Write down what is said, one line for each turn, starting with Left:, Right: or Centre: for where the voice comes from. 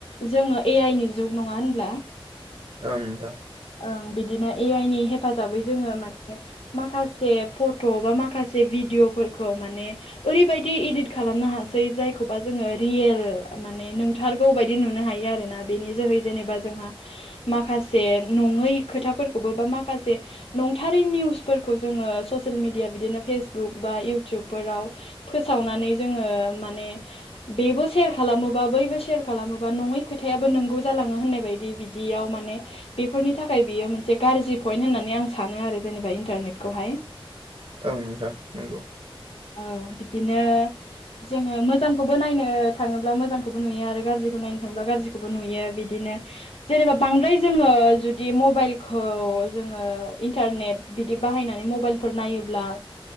Left: जोङो ए आइ नि जुग नङा होनब्ला?
Right: ओं नोंथां
Left: ओं बिदिनो ए आइ नि हेफाजाबै जोङो माने माखासे फट' बा माखासे भिडिअ'फोरखौ माने ओरैबायदि इदित खालामनो हासै जायखौबा जोङो रियेल माने नोंथार बायायदि नुनो हायो आरोना बेनि जोहै जेनेबा जोंहा माखासे नङै खोथाफोरखौबो बा माखासे नंथारै निउसफोरखौ जोङो ससियेल मिडिया बिदिनो फेसबुक बा इउटुबफोराव फोसावनानै जोङो माने बेबो सेयार खालामोबा बैबो सेयार खालामोबा नङै खोथायाबो नंगौ जालाङो होननाय बायदि बिदियाव माने बेफोरनि थाखाय बियो मोनसे गाज्रि पइन्ट होननानै आं सानो आरो जेनेबा इन्टारनेटखौहाय।
Right: ओं नोंथां नंगौ।
Left: औ बिदिनो जोङो मोजांखौबो नायनो थाङोब्ला मोजांखौबो नुयो आरो। गाज्रिखौ नायनो थांबा गाज्रिखौबो नुयो। बिदिनो जेनेबा बांद्राय जोङो जुदि मबाइलखौ जोङो इन्टारनेट बिदि बाहायनानै मबाइलफोर नायोब्ला